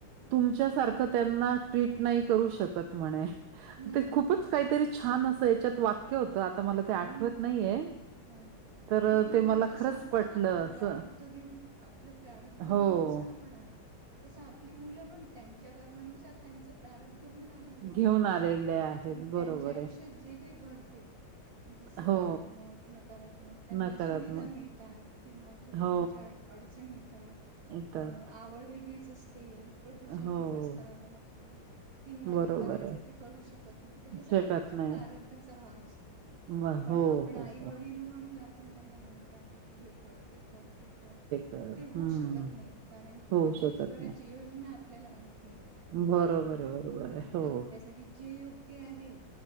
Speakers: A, on the right; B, on the right.
A: तुमच्या सारखं त्यांना ट्रीट नाही करू शकत म्हणे.
B: हम्म
A: ते खूपच काहीतरी छान असं याच्यात वाक्य होतं. आता मला ते आठ
B: हम्म
A: आठवत नाहीये.
B: हा नाही
A: तर अ,
B: म्हणजे
A: ते मला
B: जस
A: खरंच
B: आपण
A: पटलं
B: आपलं
A: असं.
B: प्रारब्ध घेऊन आपलं प्रारब्ध
A: हो,
B: घेऊन जस आपण आलो. तसं आपली मुल पण त्यांच्या कर्मानुसार त्यांच प्रारब्ध घेऊन आले. डेली आहे.
A: घेऊन आलेले आहेत.
B: त्याच्यामुळे
A: बरोबर
B: त्यांच्या आयुष्यात
A: आहे.
B: जे काही घडते. जे सकारात्मक
A: हो,
B: नकारात्मक त्यांना
A: नकारात्मक.
B: सुविधा मिळतात. किंवा कुठे
A: हो,
B: त्यांच्या अडचण येतात.
A: येतात.
B: अ आवड वेगळीच अस ते प्रोफेशन
A: हो,
B: वेगळंच करावं लागतं. किंवा
A: बरोबर
B: जे करायचंय
A: आहे.
B: ते करू शकत नाही. तर हे सगळं
A: शकत
B: त्यांच्या
A: नाही.
B: प्रारब्धाचा भाग असतो. तो
A: मग
B: पण
A: हो,
B: आपण
A: हो,
B: आई वडील
A: हो.
B: म्हणून आपण त्यांना म्हणत राहतो की हे कर ते कर ते कर
A: तर
B: ते होऊ
A: हं,
B: शकत नाही. कारण की,
A: होऊ
B: परमेश्वराची
A: शकत नाही.
B: योजना आपल्याला माहित नाही.
A: बरोबर
B: काय आहे.
A: बरोबर आहे.
B: आणि
A: हो.
B: आपल्यासाठी जे योग्य आहे.